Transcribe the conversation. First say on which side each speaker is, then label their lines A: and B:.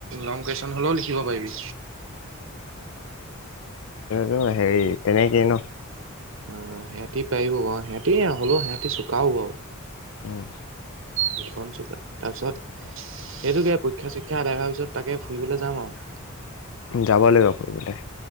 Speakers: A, on the right (about 60°); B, on the left (about 65°).
A: লং কুৱেচন হ'লেও লিখিব পাৰিবি।
B: হব হেৰি তেনেকেই ন।
A: অ সিহঁতি পাৰিব বাৰু সিহঁতি হলেও সিহঁতি চুকাও বাৰু।
B: উম!
A: ভীষণ চুকা, তাৰপিছত সেইটোকে পৰীক্ষা চৰিক্ষা আদায় হোৱাৰ পিছত তাকে ফুৰিবলৈ যাম আৰু।
B: যাব লাগিব ফুৰিবলে।